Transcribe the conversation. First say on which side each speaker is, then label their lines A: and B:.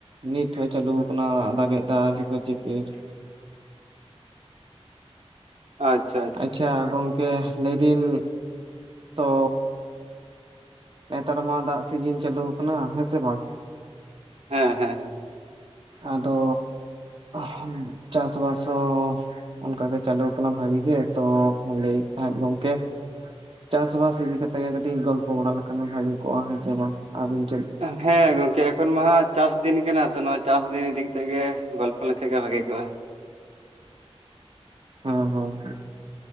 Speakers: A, on the right (about 55°); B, on the right (about 85°).
A: ᱱᱤᱛ ᱦᱚᱸᱭ ᱪᱟᱹᱟᱞᱩ ᱠᱟᱱᱟ ᱫᱟᱜ ᱫᱟᱜ ᱮᱫᱟᱭ ᱡᱷᱤᱯᱤᱨ ᱡᱷᱤᱯᱤ,
B: ᱟᱪᱪᱷᱟ
A: ᱟᱪᱪᱷᱟ ᱜᱚᱝᱠᱮ ᱞᱟᱹᱭᱫᱤᱧ ᱛᱚ, ᱱᱮᱛᱟᱨ ᱢᱟ ᱫᱟᱜ ᱥᱤᱡᱤᱱ ᱪᱟᱹᱞᱩ ᱠᱟᱱᱟ ᱦᱮᱸ ᱥᱮ ᱵᱟᱝ?
B: ᱦᱮᱸ ᱦᱮᱸ ᱦᱮᱸ
A: ᱟᱫᱚ ᱦᱮᱸ ᱪᱟᱥᱵᱟᱥ ᱦᱚᱸ ᱚᱱᱠᱟᱜᱮ ᱪᱟᱹᱟᱞᱩ ᱟᱠᱟᱱᱟ ᱵᱷᱟᱜᱤ ᱜᱮ ᱛᱚ ᱞᱟᱹᱭᱮᱫ ᱛᱟᱦᱮᱸᱫ ᱜᱚᱝᱠᱮ ᱪᱟᱥᱵᱟᱥ ᱤᱫᱤ ᱠᱟᱛᱮᱜ ᱜᱮ ᱠᱟᱹᱴᱤᱡ ᱜᱚᱞᱯᱚ ᱵᱟᱲᱟ ᱞᱮᱠᱷᱟᱱ ᱵᱷᱟᱹᱜᱤ ᱠᱚᱜᱼᱟ ᱦᱮᱸ ᱥᱮ ᱵᱟᱝ ᱟᱵᱤᱱ
B: ᱦᱮᱸ ᱜᱚᱝᱠᱮ ᱛᱚ ᱱᱚᱣᱟ ᱪᱟᱥ ᱫᱤᱱ ᱠᱟᱱᱟ ᱛᱚ ᱱᱚᱣᱟ ᱪᱟᱥ ᱫᱤᱱ ᱤᱫᱤ ᱠᱟᱛᱮᱫ ᱜᱮ ᱜᱚᱞᱯᱚ ᱞᱮᱱᱠᱷᱟ ᱜᱮ ᱵᱷᱟᱜᱮ ᱠᱚᱜᱼᱟ,
A: ᱦᱮᱸ ᱦᱮᱸ ᱦᱮᱸ